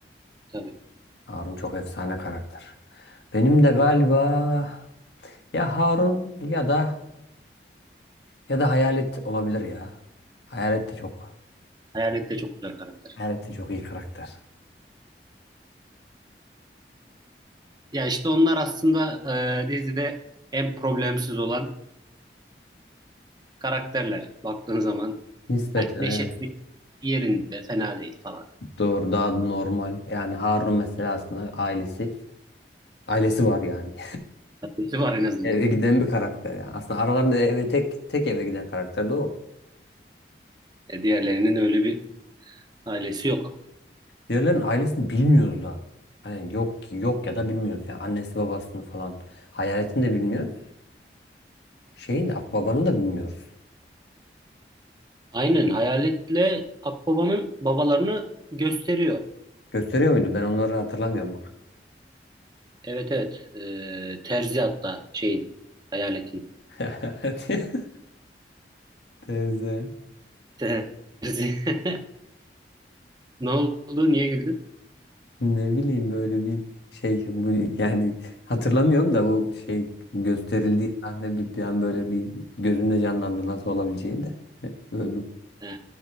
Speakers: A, on the right (about 25°); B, on the left (about 75°).
A: Tabii.
B: Harun çok efsane karakter. Benim de galiba ya Harun ya da ya da Hayalet olabilir ya. Hayalet de çok
A: Hayalet de çok güzel karakter.
B: Hayalettin çok iyi karakter.
A: Ya işte onlar aslında e, dizide en problemsiz olan karakterler. Baktığın zaman
B: Nispeten
A: hani neşesi
B: evet.
A: yerinde fena değil falan.
B: Doğru daha normal. Yani Harun mesela aslında ailesi ailesi var yani.
A: Nesi var en
B: <laughs>
A: azından.
B: Eve giden bir karakter yani. Aslında aralarında eve tek tek eve giden karakter de o.
A: E, diğerlerinin öyle bir ailesi yok.
B: Diğerlerin ailesini bilmiyoruz da. Hani yok yok ya da bilmiyoruz. Yani annesi babasını falan. Hayaletini de bilmiyoruz. Şeyin de Akbaba'nı da bilmiyoruz.
A: Aynen Hayalet'le Akbaba'nın babalarını gösteriyor.
B: Gösteriyor muydu? Ben onları hatırlamıyorum bak.
A: Evet evet. E, terzi hatta şeyin Hayalet'in.
B: <laughs> Teyze.
A: Terzi. <laughs> Ne oldu? Niye güldün?
B: Ne bileyim böyle bir şey bu yani hatırlamıyorum da bu şey gösterildiği sahne bir, bir an böyle bir gözümde canlandı nasıl olabileceğini de <laughs> Böyle bir
A: E.